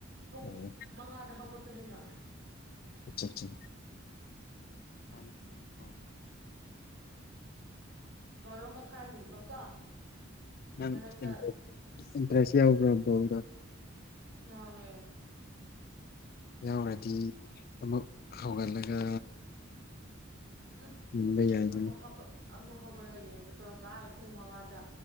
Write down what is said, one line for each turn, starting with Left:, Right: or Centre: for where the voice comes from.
Right: ꯄꯨꯡ
Left: ꯑꯣ
Right: ꯃꯉꯥꯗ ꯍꯧꯒꯠꯄꯅꯤꯅꯣ
Left: ꯑꯆꯥ ꯑꯆꯥ
Right: ꯕꯔꯣ ꯃꯈꯥꯏꯒꯨꯝꯕ ꯀꯣ
Left: ꯅ
Right: ꯃꯔꯛꯇ
Left: ꯏꯟ ꯏꯟꯇ꯭ꯔꯦꯁ ꯌꯥꯎꯕꯔ ꯔꯣꯜꯗ
Right: ꯌꯥꯎꯌꯦ
Left: ꯌꯥꯎꯔꯗꯤ ꯑꯃꯨꯛ ꯍꯧꯒꯠꯂꯒ
Right: ꯎꯝ
Left: ꯌꯦꯡꯕ ꯌꯥꯏꯗꯅ
Right: ꯑꯃꯨꯛ ꯍꯧꯒ ꯑꯃꯨꯛ ꯍꯧꯒꯠꯂ ꯌꯦꯡꯕ ꯇꯧꯔꯀ ꯑꯩ ꯄꯨꯡ ꯃꯉꯥꯗ